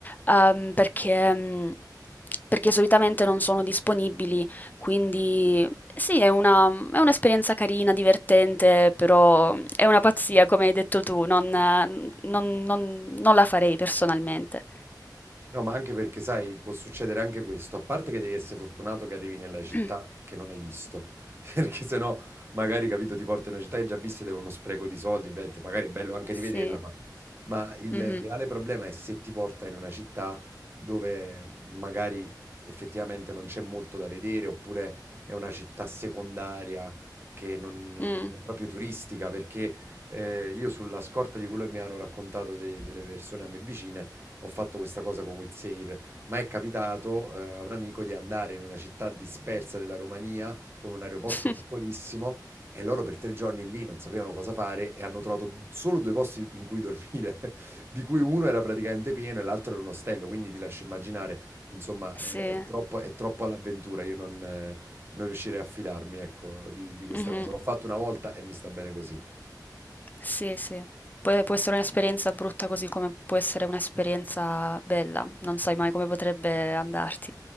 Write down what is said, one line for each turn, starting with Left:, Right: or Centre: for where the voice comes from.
Left: ehm, perché, mh, perché solitamente non sono disponibili, quindi sì, è una- è un'esperienza carina, divertente, però è una pazzia, come hai detto tu, non, non- non- non la farei personalmente.
Right: No, ma anche perché, sai, può succedere anche questo. A parte che devi essere fortunato che arrivi nella città
Left: <clears throat>
Right: che non hai visto, <laughs> perché sennò magari, capito, ti porti in una città che hai già visto ed è uno spreco di soldi, ovviamente, magari è bello anche rivederla,
Left: Sì.
Right: ma, ma il
Left: mhm,
Right: reale problema è se ti porta in una città dove magari effettivamente non c'è molto da vedere, oppure è una città secondaria che non
Left: mm.
Right: è proprio turistica, perché eh, io sulla scorta di quello che mi hanno raccontato de- delle persone a me vicine, ho fatto questa cosa con Wizzair, ma è capitato eh, a un amico di andare in una città dispersa della Romania con un aeroporto
Left: <laughs>
Right: piccolissimo e loro per tre giorni lì non sapevano cosa fare e hanno trovato solo due posti in cui dormire, <laughs> di cui uno era praticamente pieno e l'altro era un ostello, quindi ti lascio immaginare, insomma,
Left: Sì,
Right: è, è troppo, è troppo all'avventura, io non, eh, non riuscirei a fidarmi, ecco, di, di questa
Left: mhm,
Right: cosa. L'ho fatto una volta e mi sta bene così.
Left: Sì, sì. Può, può essere un'esperienza brutta così come può essere un'esperienza bella, non sai mai come potrebbe andarti.